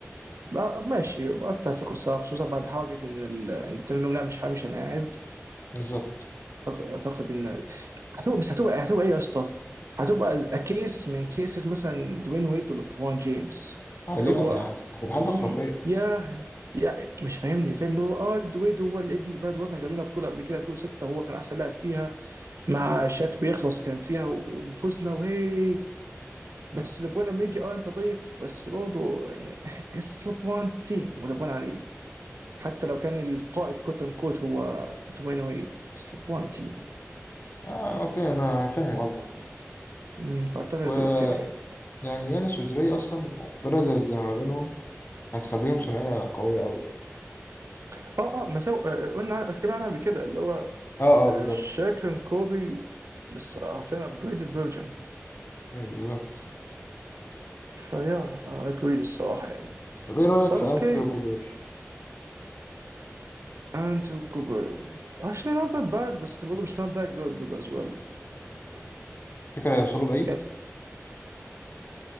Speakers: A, on the right; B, on the left.
A: آه، ماشي اتفق الصراحه خصوصا بعد حركه ان ال... ان التنين لا مش مش انا قاعد
B: بالظبط
A: أعتق- اعتقد ان هتبقى بس هتبقى هتبقى ايه يا اسطى؟ هتبقى كيس من كيسز مثلا دوين ويد ولا برون جيمس
B: آه،
A: اللي
B: دي
A: هو
B: خ- يعني هتبقى
A: إيه
B: حاجة خرافية
A: يا يا مش فاهمني فاهم ان هو اه دويد هو اللي ابن البلد وصل جاب لنا بطوله قبل كده 2006 هو كان احسن لاعب فيها مع شاك بيخلص كان فيها وفزنا وهي بس لبوان لما يجي اه انت ضيف بس برضه يعني اتس لبوان تيم ولبوان عليه حتى لو كان القائد كوت ان كوت هو دوين ويد اتس لبوان تيم
B: اه اوكي انا فاهم قصدك يعني
A: أمم، فاعتقد هتبقى
B: ويعني
A: كده يعني
B: يانس ودري اصلا بارلز اللي ما بينهم هتخليهم ثنائية قوية اوي أوي.
A: اه اه ما سابوا آه، آه، قلنا عن- اتكلمنا عنها قبل كده اللي هو
B: اه اه بالظبط
A: شاكلين كوبي بس فين ابجريدد فيرجن
B: مم، بالظبط
A: فيا اجريد الصراحه يعني
B: طب ايه رأيك
A: طب
B: في
A: اوكي
B: انت وجوبير
A: انتو كوبر actually not that bad بس برضه مش not that good برضه as well
B: تفتكر هيوصلوا بعيد؟
A: يعني